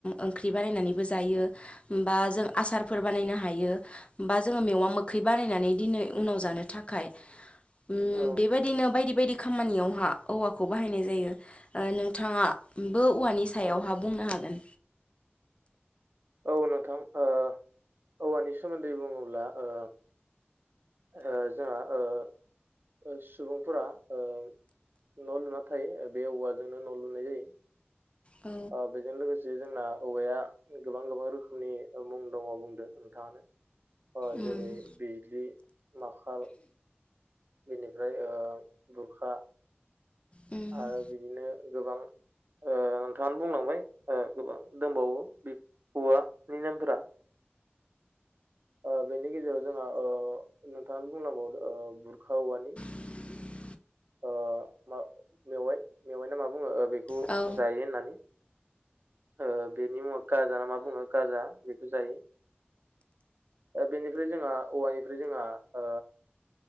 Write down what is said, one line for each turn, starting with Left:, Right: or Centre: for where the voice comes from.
Left: ओंख्रि बानायनानैबो जायो होमबा जों आ आसारफोर बानायनो हायो बा जोङो मेवा मोखै बानायनानै दिनै उनाव जानो थाखाय उम
Right: औ
Left: बेबायदिनो
Right: औ
Left: बायदि बायदि खामानियाव जोंहा औवाखौ बाहायनाय जायो नोंथाङा बो औवानि सायावहा
Right: औ
Left: बुंनो हागोन।
Right: औ नोंथां ओ औवानि सोमोन्दै बुङोब्ला ओ ओ जोंहा ओ सुबुंफोरा ओ न' लुना थायो बे औवाजोंनो न' लुनाय जायो।
Left: औ
Right: ओ बेजों लोगोसे जोंना औवाया गोबां गोबां रोखोमनि मुं दङ बुंदो नोंथाङानो अ'
Left: उम
Right: जेरै बिजलि माखाल बेनिफ्राय ओ बुरखा
Left: उम
Right: आरो बिदिनो गोबां ओम नोंथाङानो बुंलांबाय ओ गोबां दंबावो बे औवानि नेमफोरा ओ बेनि गेजेराव जोंहा ओ नोंथाङानो बुंलांबावदो ओ बुरखा औवानि
Left: <inaudible>
Right: ओ मा मेवाय मेवायना मा बुङो ओ बेखौ
Left: औ
Right: जायो होननानै ओ बेनि मुङा गाजा ना मा बुङो गाजा बेखौ जायो। बेनिफ्राय जोंहा औवानिफ्राय जोंहा ओ